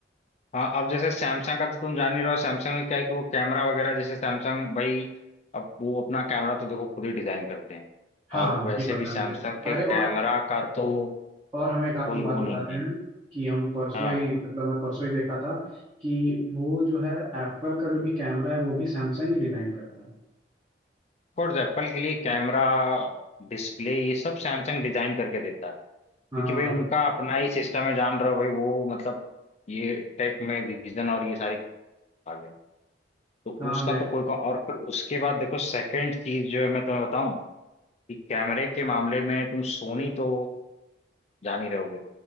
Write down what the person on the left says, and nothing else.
हाँ अब जैसे सैमसंग का तो तुम जान ही रहो सैमसंग में क्या है कि वो कैमरा वगैरह जैसे सैमसंग भाई अब वो अपना कैमरा तो देखो खुद ही डिजाइन करते हैं
और
वैसे
भी
सैमसंग
के
कैमरा
का तो
कोई
वो
नहीं
है
हाँ
ऑफकोर्स एप्पल के लिए कैमरा डिस्प्ले ये सब सैमसंग डिजाइन करके देता है
क्योंकि भाई उनका अपना ही सिस्टम है जान रहे हो भाई वो मतलब ये टेक में विजन और ये सारी आगे तो
उसका
तो कोई और फिर उसके बाद देखो सेकंड चीज जो है मैं तुम्हें बताऊं कि कैमरे के मामले में तुम सोनी तो जान ही रहोगे